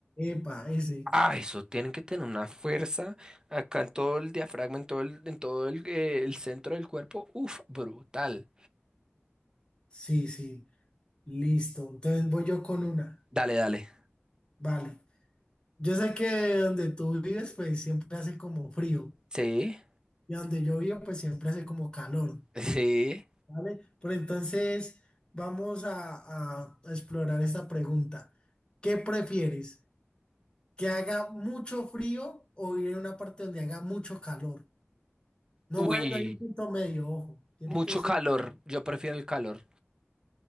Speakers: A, on the left; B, on the right.
A: Epa, ese.
B: Ah, eso tienen que tener una fuerza acá en todo el diafragma, en todo el, en todo el, eh, el centro del cuerpo. Uf, brutal.
A: Sí, sí, listo. Entonces voy yo con una.
B: Dale, dale.
A: Vale. Yo sé que donde tú vives, pues siempre hace como frío.
B: Sí,
A: Y donde yo vivo, pues siempre hace como calor.
B: sí.
A: ¿Vale? Pero entonces vamos a, a explorar esta pregunta. ¿Qué prefieres? ¿Que haga mucho frío o ir a una parte donde haga mucho calor? No,
B: Uy,
A: bueno, hay un punto medio, ojo. Tiene
B: mucho
A: que ser.
B: calor. Yo prefiero el calor.